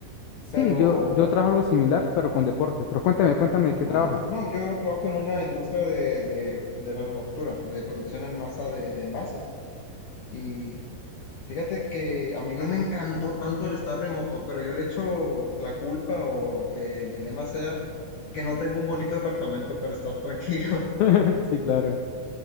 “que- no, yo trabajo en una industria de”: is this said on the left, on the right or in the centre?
Left